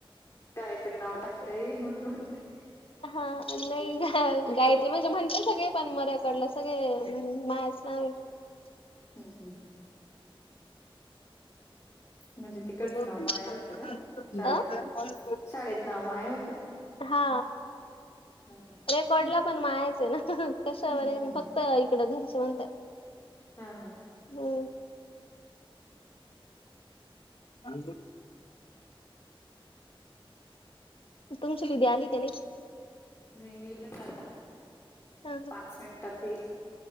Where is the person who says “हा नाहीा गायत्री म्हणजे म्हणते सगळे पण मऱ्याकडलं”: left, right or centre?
Left